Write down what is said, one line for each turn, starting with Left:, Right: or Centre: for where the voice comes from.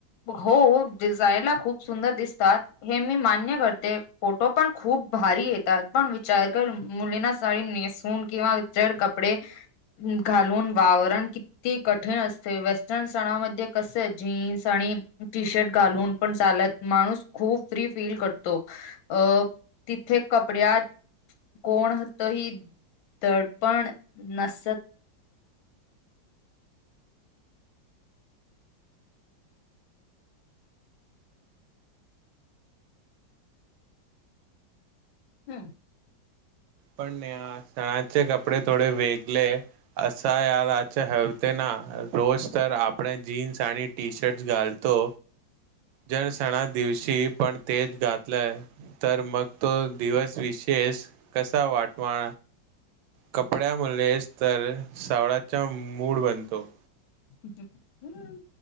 Left: हो हो दिजायला खूप सुंदर दिसतात. हे मी मान्य करते फोटो पण खूप भारी येतात पण विचार कर मुलीना साडी नेस <unintelligible> किंवा जर कपडे घालून वावरण किती कठीण असते. वेस्टर्न सणामध्ये कस आहे जीन्स आणि टी शर्ट घालून पण चालत माणूस खूप फ्री फील करतो. अ तिथे कपड्यात कोण होत ही दडपण नसत. हम्म.
Right: पण नेहा सणाचे कपडे थोडे वेगले असा याराच्या हवते ना रोज तर आपण जीन्स आणि टी शर्ट घालतो. जर सणा दिवशी पण तेच घातलंय तर मग तो दिवस विशेष कसा वाटवा? कपड्या मुलेस तर सावळाचा मूड बनतो.
Left: हम्म, हम्म.